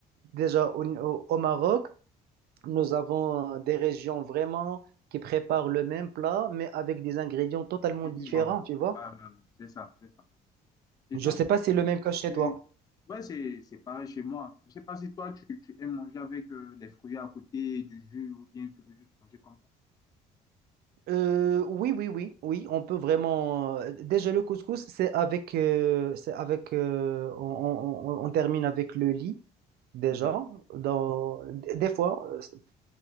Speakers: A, on the right; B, on the left.
A: déjà au- au Maroc, nous avons euh, des régions vraiment qui préparent le même plat, mais avec des ingrédients totalement
B: Et
A: différents,
B: puis, Ouais, ouais.
A: tu vois.
B: Ouais, ouais, ouais, c'est ça, c'est ça. Et
A: Je
B: toi,
A: ne sais
B: tu,
A: pas si c'est le même cas chez
B: tu-
A: toi.
B: Ouais, c'est, c'est pareil chez moi. Je sais pas si toi, tu, tu aimes manger avec euh, les fruits à côté, du jus, ou bien tu veux juste manger comme ça.
A: Euh, oui, oui, oui, oui, on peut vraiment. euh, Déjà, le couscous, c'est avec, euh, c'est avec, euh, on, on- on- on termine avec le lit déjà.
B: Mhm.
A: Dans des fois, euh, c'est